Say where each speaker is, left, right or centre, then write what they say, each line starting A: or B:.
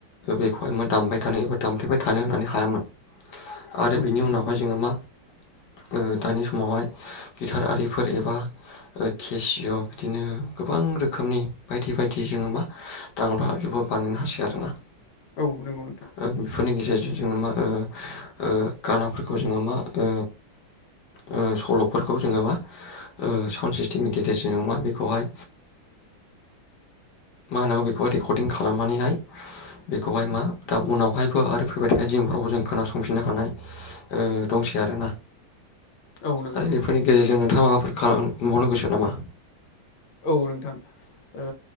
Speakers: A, on the left; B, on the left.
A: बेखौहाय मा दामबाय थानो एबा दामफेबाय थानो होननानै हायामोन। आरो
B: औ
A: बिनि
B: नंगौ
A: उनावहाय
B: नोंथां
A: जोङो मा ओ दानि समावहाय गिटार आरिफोर एबा ओ केसिय' बिदिनो गोबां रोखोमनि बायदि बायदि जोङो मा दाम्रा जुब्रा बानायनो हासो आरोना।
B: औ नंगौ नोंथां
A: ओ बेफोरनि गेजेरजों जोङो मा ओ ओ गानाफोरखौ जोङो मा ओ ओ सल'फोरखौ जोङो मा ओ साउन्ड सिस्टेमनि गेजेरजों ओ मा बेखौहाय मा होनो बेखौहाय रेकर्डदिं खालामनानैहाय बेखौहाय मा दा उनावहायबो आरो फैबाय थानाय दिमफोरावबो जों खोनासंफिननो हानाय ओ दंसै आरोना।
B: औ नंगौ
A: आरो
B: नोंथां
A: बेफोरनि गेजेरजों नोंथाङां माबाफोर खालामबावनो गोसो नामा?
B: औ नोंथां ओ